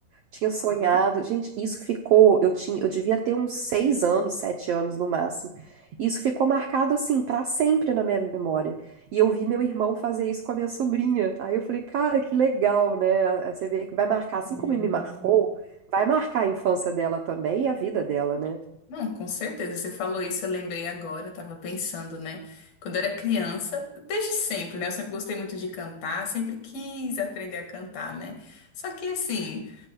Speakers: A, on the right; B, on the left.
A: tinha sonhado. Gente, isso ficou. Eu tinha, eu devia ter uns seis anos, sete anos no máximo. Isso ficou marcado assim pra sempre na minha memória. E eu vi meu irmão fazer isso com a minha sobrinha. Aí eu falei, cara, que legal, né? Aí Você vê que vai marcar, assim
B: Sim.
A: como me marcou, vai marcar a infância dela também e a vida dela, né?
B: Não, com certeza. Você falou isso, eu lembrei agora, eu tava pensando, né? Quando eu era criança, desde sempre, né? Eu sempre gostei muito de cantar, sempre quis aprender a cantar, né? Só que assim.